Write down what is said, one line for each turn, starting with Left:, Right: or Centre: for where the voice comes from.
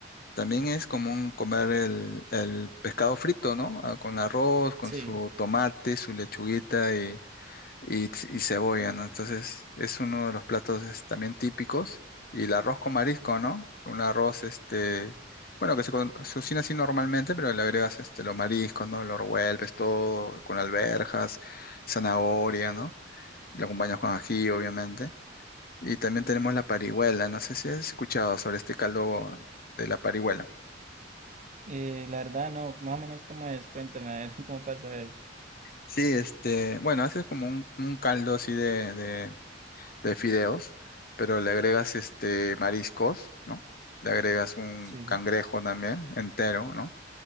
Left: también es común comer el, el pescado frito, ¿no? Ah, Con arroz, con
Right: Sí.
Left: su tomate, su lechuguita y, y cebolla, ¿no? Entonces es uno de los platos es, también típicos. Y el arroz con marisco, ¿no? Un arroz, este, bueno, que se, con- se cocina así normalmente, pero le agregas este, los mariscos, ¿no? Lo revuelves todo con alverjas zanahoria, ¿no? Lo acompañas con ají, obviamente. Y también tenemos la parihuela, no sé si has escuchado sobre este caldo de la parihuela.
Right: Eh, la verdad, no, más o menos cómo es, cuéntame, a ver <laughs> cómo pasa él.
Left: Sí, este, bueno, haces como un, un caldo así de de fideos, pero le agregas este mariscos, ¿no? Le agregas un
Right: Sí,
Left: cangrejo también entero, ¿no?